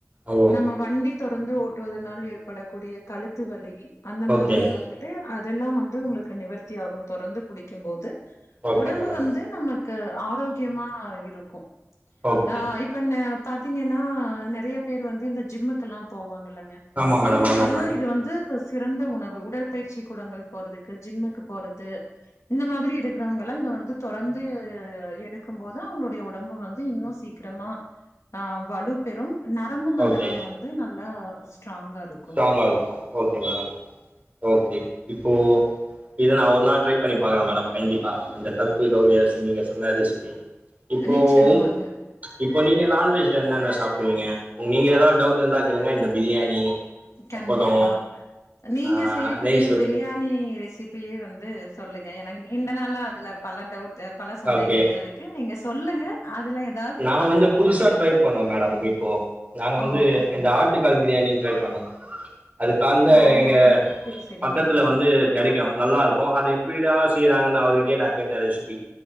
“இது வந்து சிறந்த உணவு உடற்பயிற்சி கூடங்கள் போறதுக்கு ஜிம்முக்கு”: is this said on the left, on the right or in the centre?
Left